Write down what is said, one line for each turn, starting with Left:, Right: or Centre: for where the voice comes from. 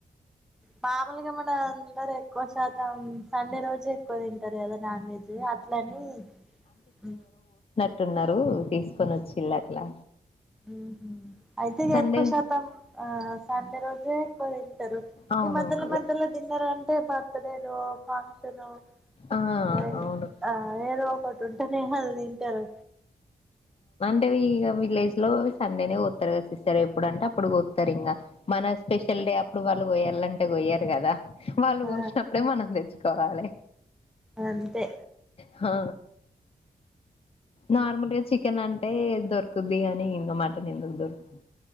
Centre: మాములుగా మనందరు ఎక్కువ శాతం సండే రోజే త తింటారు కదా నాన్ వెజ్ అట్లని హు
Left: టున్నారు తీసుకొని వచ్చిళ్ళు అట్లా
Centre: ఉహు అయితె
Left: సండే
Centre: ఎక్కువ శాతం ఆ సండె రోజె ఎక్కువ దింటరు ఇప్పుడు
Left: అవునవును
Centre: మధ్యల మధ్యలో తిన్నరంట అంటే బర్త్డేలో ఫంక్షనో
Left: ఆ
Centre: అ
Left: అవును
Centre: ఆ ఏదో ఒక ఒక ంటేనేమో అది తింటారు
Left: అ ఇగ విలేజ్ లో సండేనే పోతారు కదా సిస్టర్ ఎప్పుడు అంటే అప్పుడుకి పోస్తారు ఇంకా మన స్పెషల్ డే అప్పుడు వాళ్ళు పోయాలంటే అంటే గొయ్యరు గదా వాళ్ళు
Centre: ఆ
Left: గోషినప్పుడే మనం దెచ్చుకోవాలె
Centre: అంతే
Left: హా నార్మల్ చికెన్ అంటే దొరుకుద్ది గాని ఇంగ మటన్ ఎందుకు దొరుకుద్ది